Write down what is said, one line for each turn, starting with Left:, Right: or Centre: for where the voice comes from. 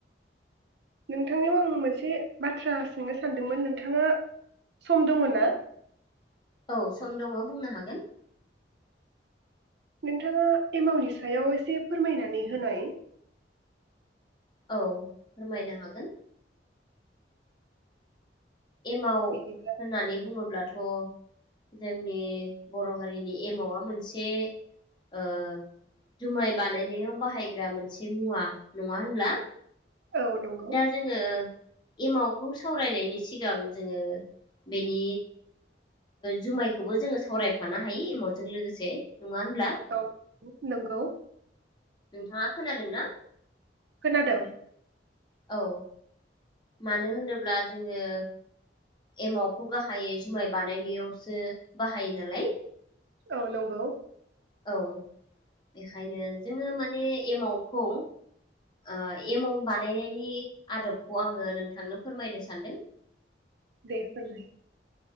Right: नोंथांनियाव आं मोनसे बाथ्रा सोंनो सानदोंमोन नोंथाङा सम दङ ना?
Left: औ सम दङ बुंनो हागोन।
Right: नोंथाङा एमाउनि सायाव एसे फोरमायनानै होनाय?
Left: औ फोरमायनो हागोन। एमाव
Right: बिदिब्ला
Left: होननानै बुङोब्ला थ' जोंनि बर' हारिनि एमावआ मोनसे ओ जुमाय बानायनायाव बाहायग्रा मोनसे मुवा नङा होनब्ला?
Right: औ नंगौ
Left: दा जोङो एमावखौ सावरायनायनि सिगां जोङो बेनि जुमायखौबो जोङो सावरायफानो हायो एमावजों लोगोसे नङा होनब्ला?
Right: औ नंगौ
Left: नोंथांङा खोनादों ना?
Right: खोनादों।
Left: औ मानो होनोब्ला जोङो एमावखौ गाहायै जुमाय बानायनायावसो बाहायो नालाय।
Right: औ नंगौ
Left: औ बेखायनो जोङो माने एमावखौ ओ एमाउ बानायनायनि आदबखौ आङो नोंथांनो फोरमायनो सानदों।
Right: दे फोरमाय।